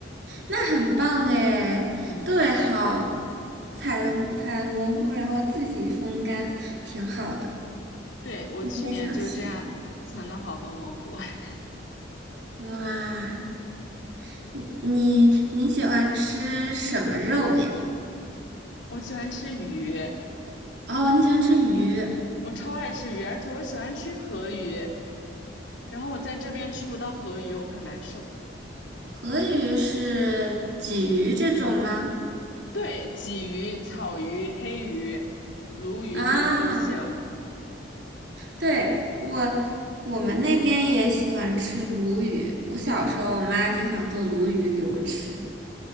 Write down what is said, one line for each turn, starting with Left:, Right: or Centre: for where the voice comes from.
Right: 那很棒哎！
Left: 嗯，
Right: 对，好，采了采了蘑菇，然后自己风干，挺好的。
Left: 对，我去年就这样存了好多蘑菇。
Right: 我也想吃。
Left: <laughs>
Right: 哇，你你你喜欢吃什么肉呀？
Left: 我喜欢吃鱼，
Right: 哦，你喜欢吃鱼，
Left: 我超爱吃鱼，而且我喜欢吃河鱼，然后我在这边吃不到河鱼，我很难受。
Right: 河鱼是鲫鱼这种吗？
Left: 对，鲫鱼、草鱼、黑鱼、鲈鱼这种都行。
Right: 啊，对，我我们那边也喜欢吃鲈鱼。我小时候，我妈经常做鲈鱼给我吃。